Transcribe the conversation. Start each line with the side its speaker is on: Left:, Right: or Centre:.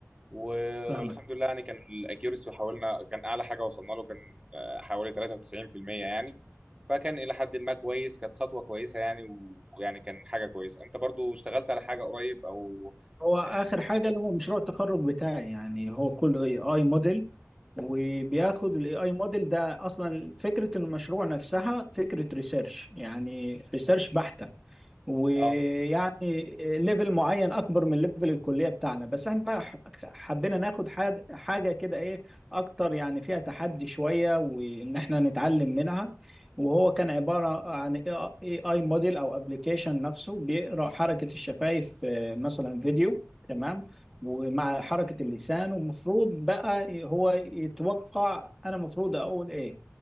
Right: و-
Centre: فاهمك
Right: والحمد لله يعني كان الاكيورسي حاولنا كان اعلى حاجه وصلنا له كان آه، حوالي 93% يعني فكان الى حد ما كويس كانت خطوه كويسه يعني و- ويعني كان حاجه كويسه انت برضو اشتغلت على حاجه قريب او
Centre: هو اخر
Right: آه،
Centre: حاجه
Right: في المجال
Centre: اللي هو مشروع التخرج بتاعي يعني هو كله اي اي موديل وبياخد الاي اي موديل ده اصلا فكره المشروع نفسها فكره ريسيرش يعني ريسيرش بحته ويعني
Right: اه
Centre: ليفل معين اكبر من ليفل الكليه بتاعنا بس احنا ح- حبينا ناخد حاج- حاجه كده ايه اكتر يعني فيها تحدي شويه وان احنا نتعلم منها وهو كان عباره عن اي اي موديل او ابلكيشن نفسه بيقرا حركه الشفايف مثلا فيديو تمام ومع حركة اللسان ومفروض بقى هو يتوقع انا المفروض اقول ايه